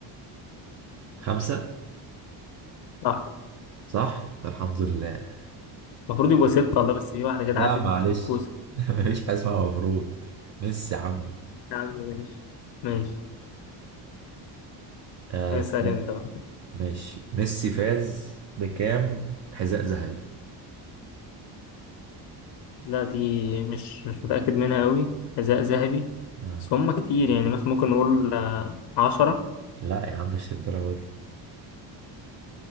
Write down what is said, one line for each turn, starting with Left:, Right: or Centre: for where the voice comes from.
Right: خمسة
Left: صح
Right: صح؟ الحمد لله
Left: المفروض يبقوا ستة والله بس في واحدة كده
Right: لا
Left: عدت
Right: معلش
Left: بالكوسة
Right: <laughs> مفيش حاجة اسمها مفروض ميسي عمو
Left: يا عم ماشي ماشي
Right: آه...
Left: اسأل انت بقى
Right: ماشي ميسي فاز بكام حذاء ذهبي
Left: لا دي مش مش متأكد منها أوي حذاء ذهبي
Right: آه.
Left: بس هما كتير يعني مثلا ممكن نقول آه، عشرة
Right: لا يا عم مش الدرجة دي